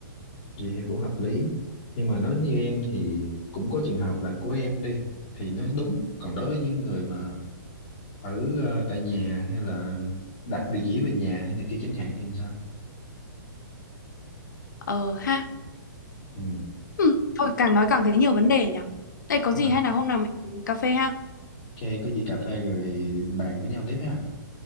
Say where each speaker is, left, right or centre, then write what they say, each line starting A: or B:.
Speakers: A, on the left (about 30°); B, on the left (about 60°).
A: Vậy thì cũng hợp lý. Nhưng mà nói như em thì cũng có trường hợp là của em đi thì nó đúng. Còn đối với những người mà ở ờ, tại nhà hay là đặt địa chỉ về nhà hay này kia chẳng hạn thì sao?
B: ờ ha
A: Ừ,
B: Ừm, thôi càng nói càng thấy nhiều vấn đề nhỉ đây có
A: đúng
B: gì
A: rồi.
B: hay là hôm nào mình cà phê ha
A: Ok, có gì cà phê rồi bàn với nhau tiếp ha.